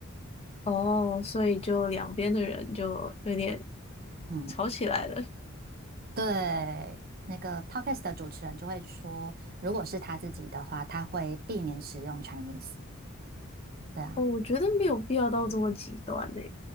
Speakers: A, on the left; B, on the right.
A: 哦，所以就两边的人就有点
B: 嗯，
A: 吵起来了。
B: 对。那个 podcast 的主持人就会说，如果是他自己的话，他会避免使用 Chinese。对啊。
A: 哦，我觉得没有必要到这么极端呢、